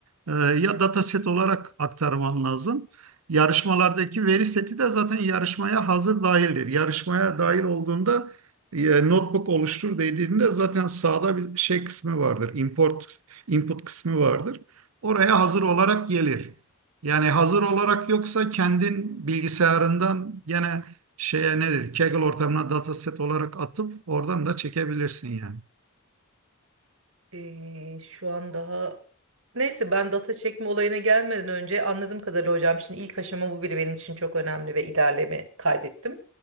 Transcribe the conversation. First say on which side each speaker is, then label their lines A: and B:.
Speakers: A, on the right (about 80°); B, on the right (about 65°).
A: e, ya dataset olarak aktarman lazım. Yarışmalardaki veri seti de zaten yarışmaya hazır dahildir. Yarışmaya dahil olduğunda e, notebook oluştur dediğinde zaten sağda bir şey kısmı vardır. Import, input kısmı vardır. Oraya hazır olarak gelir. Yani hazır olarak yoksa kendin bilgisayarından gene şeye nedir? Kaggle ortamına dataset olarak atıp oradan da çekebilirsin yani.
B: e, şu an daha neyse ben data çekme olayına gelmeden önce anladığım kadarıyla hocam şimdi ilk aşama bu biri benim için çok önemli ve ilerleme kaydettim.